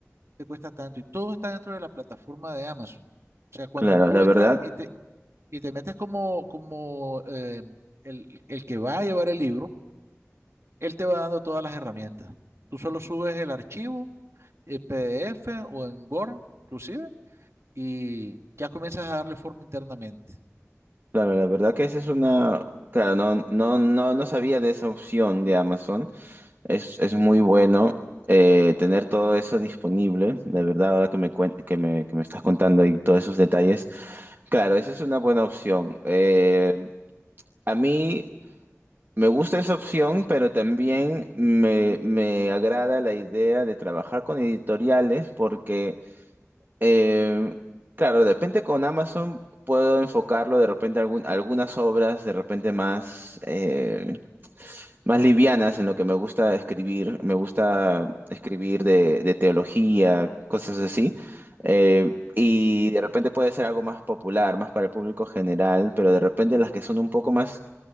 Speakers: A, on the right (about 60°); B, on the right (about 40°).
A: te cuesta tanto y todo está dentro de la plataforma de Amazon. O sea, cuando
B: claro,
A: tú
B: la
A: entras
B: verdad,
A: y te, y te metes como, como eh, el, el que va a llevar el libro, él te va dando todas las herramientas. Tú solo subes el archivo en PDF o en Word, inclusive, y ya comienzas a darle forma internamente.
B: claro, la verdad que esa es una. Claro, no, no, no, no sabía de esa opción de Amazon. Es, es muy bueno eh, tener todo eso disponible. La verdad, ahora que me, cuen- que me, que me estás contando ahí todos esos detalles. Claro, esa es una buena opción. Eh, a mí. Me gusta esa opción, pero también me, me agrada la idea de trabajar con editoriales porque, eh, claro, de repente con Amazon puedo enfocarlo de repente a algún- algunas obras de repente más, eh, más livianas en lo que me gusta escribir. Me gusta escribir de, de teología, cosas así. Eh, y de repente puede ser algo más popular, más para el público general, pero de repente las que son un poco más